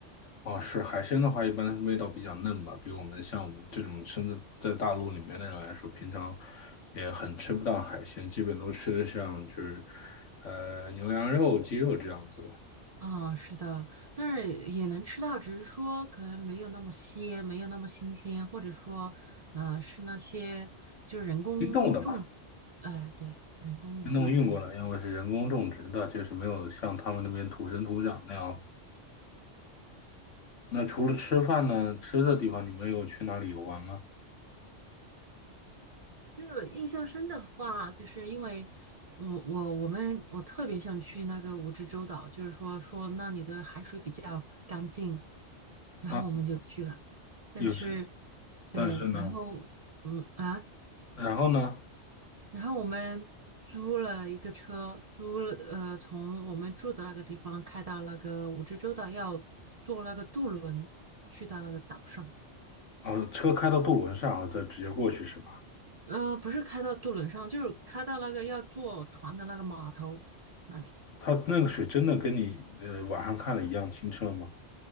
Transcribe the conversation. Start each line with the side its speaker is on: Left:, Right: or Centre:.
Left: 哦，是海鲜的话，一般味道比较嫩吧，比我们像我们这种身在在大陆里面的人来说，平常也很吃不到海鲜，基本都吃的像就是，呃，牛羊肉、鸡肉这样子。
Right: 啊、是的，但是也能吃到，只是说可能没有那么鲜，没有那么新鲜，或者说，呃，是那些就是人工种，
Left: 冰冻的嘛，
Right: 哎、对，人工养的那种。
Left: 冰冻运过来，要么是人工种植的，就是没有像他们那边土生土长那样。那除了吃饭呢，吃的地方你们有去哪里游玩吗？
Right: 就是印象深的话，就是因为我我我们我特别想去那个蜈支洲岛，就是说说那里的海水比较干净，然后我们就去了，
Left: 啊，
Right: 但是
Left: 有，
Right: 对，
Left: 但是呢，
Right: 然后嗯啊。
Left: 然后呢，
Right: 然后我们租了一个车，租了呃，从我们住的那个地方开到那个蜈支洲岛，要坐那个渡轮去到那个岛上。
Left: 啊，车开到渡轮上，然后再直接过去是吧？
Right: 呃，不是开到渡轮上，就是开到那个要坐船的那个码头那里。
Left: 它那个水真的跟你呃网上看的一样清澈吗？